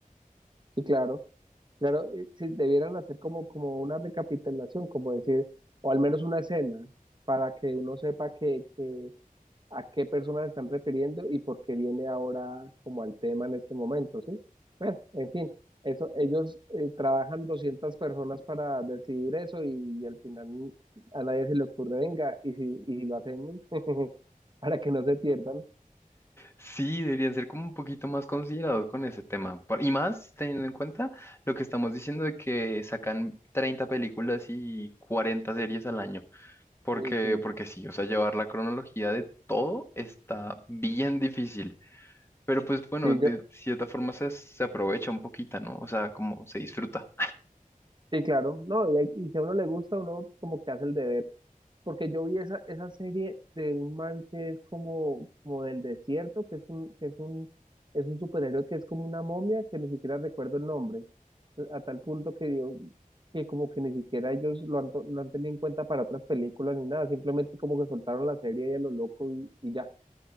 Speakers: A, on the right (about 30°); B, on the left (about 15°).
A: sí, claro. Claro, y si debieran hacer como, como una recapitulación, como decir, o al menos una escena, para que uno sepa que, que- a qué personas se están refiriendo y por qué viene ahora como al tema en este momento, ¿sí? Bueno, en fin, eso, ellos eh, trabajan 200 personas para decidir eso y, al final a nadie se le ocurre, venga, y si, y si lo hacemos, <laughs> para que no se pierdan,
B: Sí, deberían ser como un poquito más considerados con ese tema. Por- Y más teniendo en cuenta lo que estamos diciendo de que sacan 30 películas y 40 series al año. Porque,
A: uy, sí,
B: porque sí, o sea, llevar la cronología de todo está bien difícil. Pero pues bueno,
A: sí,
B: de
A: yo,
B: cierta forma se, se aprovecha un poquito, ¿no? O sea, como se disfruta.
A: sí, claro, no, y, hay- y si a uno le gusta, uno como que hace el deber. Porque yo vi esa, esa serie de un man que es como, como del desierto, que es un, que es un, es un superhéroe que es como una momia, que ni siquiera recuerdo el nombre, eh, a tal punto que dio, que como que ni siquiera ellos lo han, to- lo han tenido en cuenta para otras películas ni nada, simplemente como que soltaron la serie y a lo loco y, y ya,